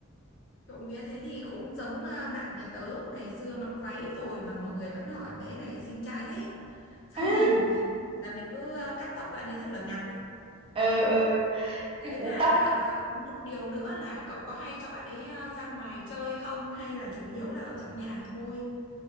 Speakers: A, on the left (about 60°); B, on the right (about 25°).
A: Trộm vía thế thì cũng giống ờ, bạn nhà tớ ngày xưa mặc váy rồi mà mọi người vẫn hỏi bé này xinh trai thế. Xong
B: <laughs>
A: mình là mình cứ ờ, cắt tóc bạn ấy thật là ngắn ấy.
B: ừ
A: Với
B: ừ.
A: cả
B: tóc
A: có một điều nữa là cậu có hay cho bạn ấy à, ra ngoài chơi không hay là chủ yếu là ở trong nhà thôi?